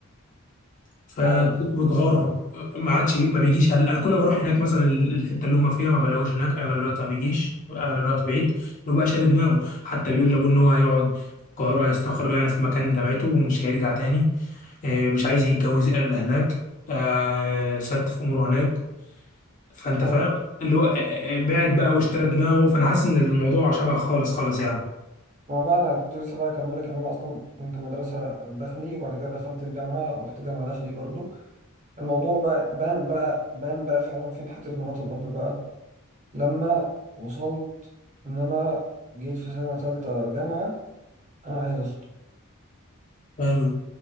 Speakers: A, on the left; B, on the right.
A: فبتغرب
B: كويس
A: ما عادش ما بيجيش انا كل ما اروح هناك مثلا الحته اللي هم فيها ما بلاقوش هناك اغلب الوقت ما بيجيش اغلب الوقت بعيد انه بقى شاري دماغه حتى بيقول لابوه ان هو هيقعد في القاهره هيستقر يعني في مكان جامعته ومش هيرجع تاني آه، مش عايز يتجوز الا هناك آه، ست في اموره هناك فانت
B: حلو
A: فاهم اللي هو آه، آه، آه، بعد بقى واشترى دماغه فانا حاسس ان الموضوع شبه خالص خالص يعني
B: ما بقى أنا كنت لسه بقى أكمل لك إن أنا أصلا كنت مدرسة داخلي وبعد كده دخلت الجامعة رحت جامعة داخلي برضو الموضوع بقى بان بقى بان بقى فعلا فين حتة مرات الأب بقى لما وصلت إن أنا جيت في سنة تالتة جامعة أنا عايز أخطب
A: قالوا